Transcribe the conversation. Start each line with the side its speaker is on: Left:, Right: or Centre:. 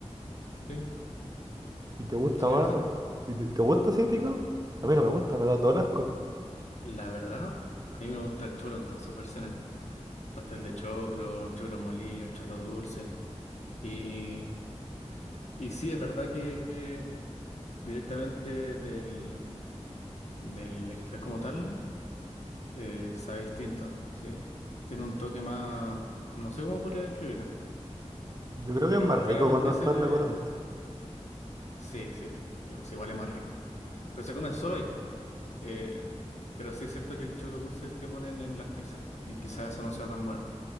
Left: Sí,
Right: ¿Y te gusta
Left: sí,
Right: más?
Left: es verdad.
Right: ¿Y te, te gusta así de picado? A mí no me gusta, me da todo el asco.
Left: La verdad, a mí me gusta el choclo en todas sus versiones. Pastel de choclo, choclo molido, choclo dulce. Y, y sí, es verdad que eh, directamente del, del vegetal como tal, eh, sabe distinto, ¿sí? Tiene un toque más, no sé cómo podría describirlo,
Right: Yo creo
Left: pero
Right: que es más
Left: claramente
Right: rico cuando está
Left: ese de-
Right: en la coronta.
Left: Sí, sí, sí, Digo, sí, igual es más rico. Pero se come solo ahí. Eh, pero sí es cierto que el choclo dulce es el que ponen en las pizzas. Y quizás eso no sea tan bueno.